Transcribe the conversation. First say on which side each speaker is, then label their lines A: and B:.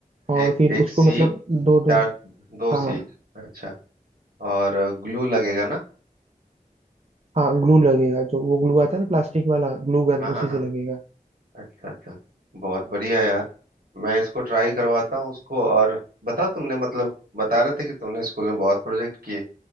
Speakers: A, on the right (about 45°); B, on the right (about 90°).
A: और
B: एक
A: फिर
B: एक
A: उसको
B: सीख
A: मतलब दो दो
B: चार दो
A: हाँ
B: सीख अच्छा और ग्लू लगेगा ना
A: हाँ ग्लू लगेगा जो वो ग्लू आता है ना प्लास्टिक वाला ग्लू गन
B: हाँ हाँ
A: उसी
B: हाँ
A: से लगेगा
B: अच्छा अच्छा बहुत बढ़िया यार मैं इसको ट्राई करवाता हूँ उसको और बताओ तुमने मतलब बता रहे थे कि तुमने स्कूल में बहुत प्रोजेक्ट किए